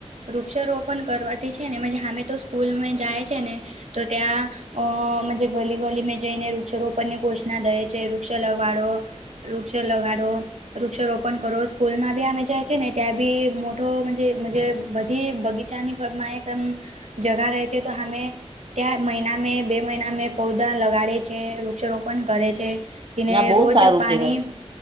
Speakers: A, on the right; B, on the right.
A: વૃક્ષારોપણ કરવાથી છે ને હમે તો સ્કૂલમાં જાય છે ને તો ત્યાં. અ ગલી ગલી મેં જઈને વૃક્ષારોપણ ની ઘોષણા દે છે વૃક્ષો લગવાડો. વૃક્ષો લગાડો વૃક્ષ રોપણ કરો સ્કૂલ માં બી અમે જાયી ને ત્યાં. બી મોટો બધી બગીચાનીમાં એકમ. જગહ રહે છે તો હમે. ત્યાં મહિના મે બે મહિના મે પૌધા લગાડે છે વૃક્ષારોપણ કરે છે. તેને
B: ના બહુ
A: રોજ
B: સારું
A: પાણી
B: કેવાય